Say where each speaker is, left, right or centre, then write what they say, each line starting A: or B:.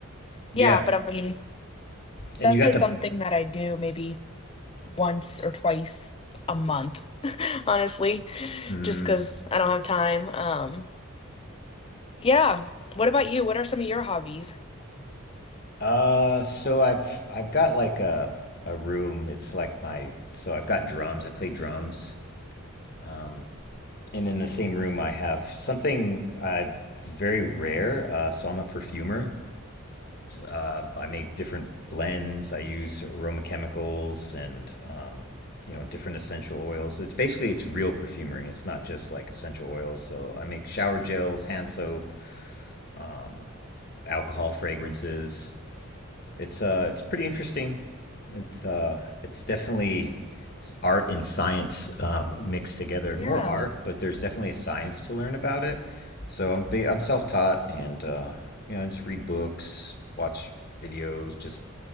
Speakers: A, on the left (about 45°); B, on the left (about 25°).
A: Yeah.
B: yeah, but I mean,
A: And
B: that's
A: you got
B: just
A: the
B: something that I do maybe once or twice a month, <laughs> honestly,
A: mm,
B: just because I don't have time. Um, yeah. What about you? What are some of your hobbies?
A: uh so I've I've got like a a room. It's like my so I've got drums. I play drums. Um and in the same room I have something uh it's very rare. Uh so I'm a perfumer. Uh, I make different blends. I use aroma chemicals and um, you know different essential oils. It's basically it's real perfumery. It's not just like essential oils. So I make shower gels, hand soap, um, alcohol fragrances. It's uh it's pretty interesting. It's uh it's definitely art and science um, mixed together.
B: Yeah.
A: More art, but there's definitely a science to learn about it. So I'm ba- I'm self taught and uh, you know I just read books, watch videos, just